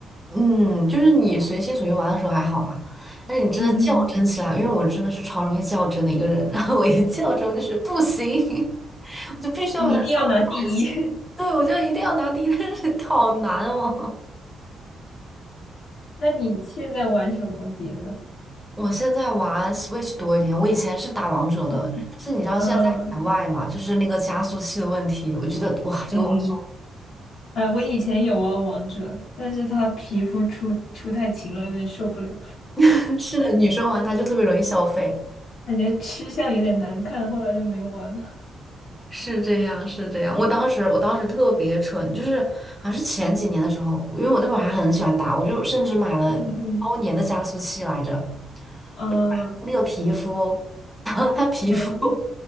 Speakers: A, in the centre; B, on the left.
A: 嗯，就是你随心所欲玩的时候还好嘛，但是你真的较真起来，
B: 嗯嗯，
A: 因为我真的是超容易较真的一个人，然后我一较真，我就是不行，<laughs> 我就必须要把它说完。
B: 你一定要拿第一。
A: 满行对，
B: <laughs>
A: 我就一定要拿第一，但是好难哦。
B: 那你现在玩什么别的？
A: <laughs> 我现在玩 Switch 多一点，我以前是打王者的，
B: 嗯
A: 但是你知道现在在海外嘛，
B: 嗯嗯
A: 就是那个加速器的问题，我觉得哇，这个网速
B: 嗯嗯，哎，我以前有玩王者，但是他皮肤出出太勤了，有点受不了。
A: <laughs> 是的，女生玩它就特别容易消费，
B: 感觉吃相有点难看，后来就没玩了。
A: 是这样，是这样。我当时，我当时特别蠢，就是好像是前几年的时候，因为我那会儿还很喜欢打，我就甚至买了包年的加速器来着，
B: 嗯嗯啊
A: 我就买了那个皮肤，然后它皮肤
B: 嗯，